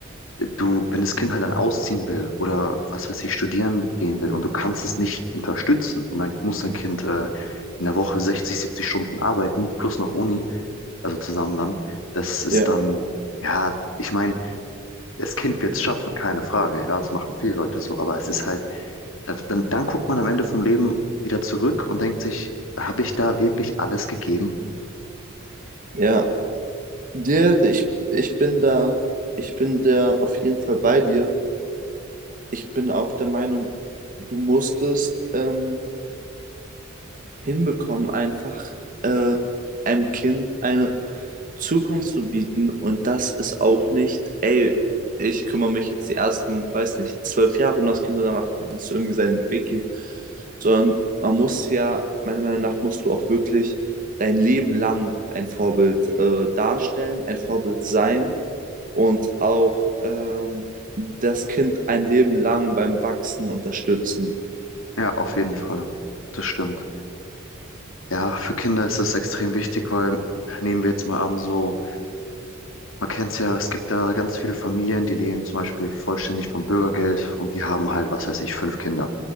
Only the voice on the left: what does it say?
du, wenn das Kind halt dann ausziehen will oder was weiß ich, studieren gehen will und du kannst es nicht unterstützen und dann muss dein Kind äh, in der Woche 60 70 Stunden arbeiten, plus noch Uni, also zusammen dann, das ist
dann, ja, ich meine, das Kind wird es schaffen, keine Frage, ja, das machen viele Leute so, aber es ist halt dann, dann, dann guckt man am Ende vom Leben wieder zurück und denkt sich, habe ich da wirklich alles gegeben?
Ja, auf jeden Fall. Das stimmt. Ja, für Kinder ist das extrem wichtig, weil nehmen wir jetzt mal an, so, man kennt es ja, es gibt da ganz viele Familien, die leben zum Beispiel vollständig vom Bürgergeld und die haben halt, was weiß ich, fünf Kinder.